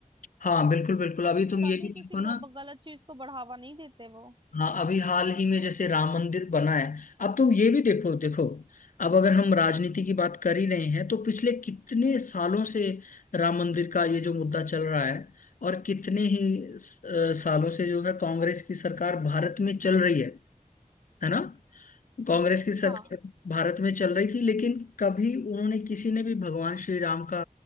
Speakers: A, on the left; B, on the right.
A: हाँ बिल्कुल बिल्कुल अभी तुम
B: कभी
A: ये भी
B: किसी
A: देखो ना
B: ग- गलत चीज को बढ़ावा नहीं देते वो
A: हाँ अभी हाल ही में जैसे राम मंदिर बना है अब तुम ये भी देखो देखो अब अगर हम राजनीति की बात कर ही रहे हैं तो पिछले कितने सालों से राम मंदिर का ये जो मुद्दा चल रहा है और कितने ही स- अ, सालों से जो है कांग्रेस की सरकार भारत में चल रही है है ना कांग्रेस की सरकार
B: हाँ
A: भारत में चल रही थी लेकिन कभी उन्होंने किसी ने भी भगवान श्री राम का